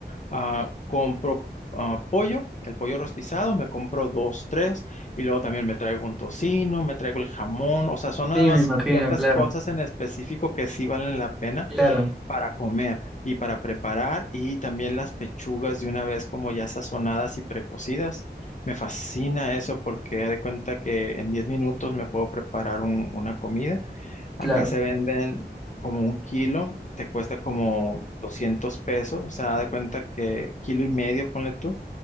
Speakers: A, on the left; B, in the centre.
A: ah, compro ah, pollo, el pollo rostizado, me compro dos, tres, y luego también me traigo un tocino, me traigo el jamón, o sea, son nada
B: Sí,
A: más
B: me imagino,
A: ciertas
B: claro,
A: cosas en específico que sí valen la pena
B: claro,
A: para comer y para preparar y también las pechugas de una vez como ya sazonadas y precocidas. Me fascina eso porque haz de cuenta que en 10 minutos me puedo preparar un- una comida.
B: claro,
A: Acá se venden como un kilo, te cuesta como 200 pesos, o sea, haz de cuenta que kilo y medio, ponle tú.